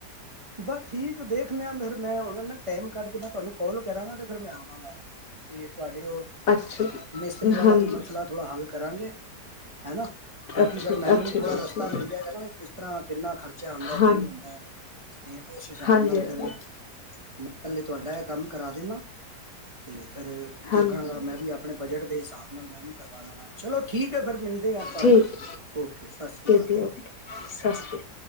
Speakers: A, on the right; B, on the left.
A: ਬਸ ਠੀਕ ਏ ਦੇਖ ਦੇਖ ਆ ਫਿਰ ਮੈਂ ਉਹਨਾਂ ਨੇ ਟਾਈਮ ਕੱਢ ਕੇ ਮੈਂ ਤੁਹਾਨੂੰ ਕਾਲ ਕਰਾਂਗਾ ਤੇ ਫਿਰ ਮੈਂ ਆਵਾਂਗਾ ਤੇ ਤੁਹਾਡੇ ਉਹ
B: ਅੱਛਾ ਜੀ,
A: ਮਿਸਤਰੀ ਵਾਲਾ
B: ਹਾਂਜੀ।
A: ਵੀ ਮਸਲਾ ਥੋੜ੍ਹਾ ਹੱਲ ਕਰਾਂਗੇ। ਹੈਨਾ। ਤਾਂ
B: ਅੱਛਾ,
A: ਕਿ ਫੇਰ ਮੈਨੂੰ
B: ਅੱਛਾ
A: ਵੀ ਥੋੜ੍ਹਾ
B: ਜੀ, ਅੱਛਾ
A: ਰਸਤਾ ਮਿਲ ਜਾਏਗਾ ਨਾ ਕਿਸ ਤਰ੍ਹਾਂ ਕਿੰਨਾ ਖਰਚਾ ਆਦਾ
B: ਹਾਂ
A: ਕੀ ਹੁੰਦਾ ਹੈ। ਤੇ ਉਸ ਹਿਸਾਬ
B: ਹਾਂਜੀ,
A: ਨਾਲ
B: ਹਾਂਜੀ।
A: ਫੇਰ ਮੈਂ ਹੇ ਤੁਹਾਡਾ ਇਹ ਕੰਮ ਕਰਾ ਦਿੰਦਾ। ਤੇ ਫਿਰ
B: ਹਾਂਜੀ,
A: ਦੇਖਾਂਗਾ ਮੈਂ ਵੀ ਆਪਣੇ ਬਜਟ ਦੇ ਹਿਸਾਬ ਨਾਲ ਮੈਂ ਵੀ ਕਰਵਾ ਲਾਂ ਚਲੋ ਠੀਕ ਹੈ ਫਿਰ ਮਿਲਦੇ ਹਾਂ ਆਪਾਂ
B: ਠੀਕ
A: ਹੈਾ ਓਕੇ ਸਤਿ ਸ੍ਰੀ ਅਕਾਲ।
B: ਜੀ ਓਕੇ, ਸਤਿ ਸ਼੍ਰੀ ਅਕਾਲ।